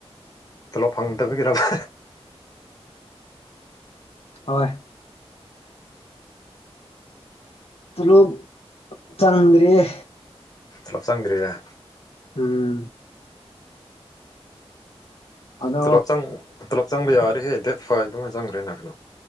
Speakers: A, on the left; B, on the left.
A: ꯇꯣꯂꯣꯞ ꯐꯪꯗꯕꯤꯒꯤꯔꯕ
B: ꯍꯣꯏ ꯇꯣꯂꯣꯞ ꯆꯟꯗ꯭ꯔꯤꯌꯦ
A: ꯇꯣꯂꯣꯞ ꯆꯟꯗ꯭ꯔꯤꯌꯦ
B: ꯎꯝ ꯑꯗꯣ
A: ꯇꯣꯂꯣꯞ ꯆꯪ ꯇꯣꯂꯣꯞ ꯆꯪꯕ ꯌꯥꯕꯅꯤꯍꯦ ꯗꯦꯠ ꯑꯗꯨꯃꯥꯏꯅꯥ ꯆꯪꯒꯦꯅ